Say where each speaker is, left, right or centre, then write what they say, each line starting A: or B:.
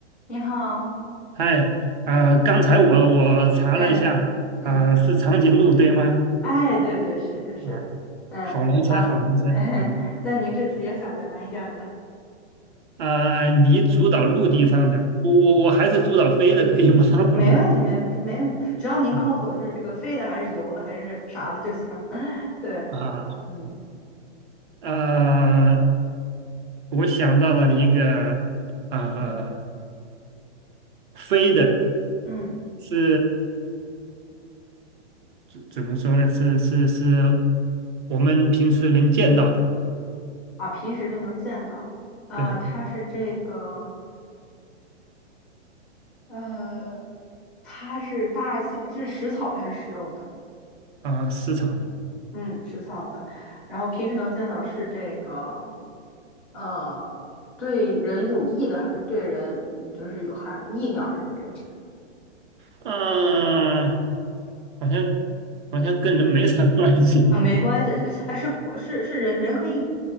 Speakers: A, in the centre; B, on the right.
A: 你好，
B: 嗨，啊、刚才我我查了一下，
A: 嗯嗯，
B: 啊、是长颈鹿对吗？
A: 哎，对对，是是是，
B: 啊，
A: 嗯，
B: 好难猜，
A: 好，
B: 好难猜，
A: <laughs>
B: 嗯，
A: 那您这次也想个难一点儿的，
B: 啊、你主导陆地上的，我我我还是主导飞的，
A: 嗯，
B: 可以吗？<laughs>
A: 没问题，没问题，没问题，只要您告诉我是这个飞的还是游的还是啥的就行。
B: 啊
A: <laughs> 对，
B: 啊，
A: 嗯
B: 呃，我想到了一个，呃，
A: 嗯
B: 飞的
A: 嗯，
B: 是怎怎么说呢？是是是，我们平时能见到的，
A: 啊，平时就能见到，呃，
B: 对，
A: 它是这个，呃，它是大型，是食草的还是食肉的？
B: 啊、食草的，
A: 嗯，食草的，然后平时能见到是这个。呃，对人有益的还是对人嗯就是有害，益鸟还是这个？
B: 啊、好像好像跟人没啥关系吧？
A: 啊，没关系，这哎是是是人人可以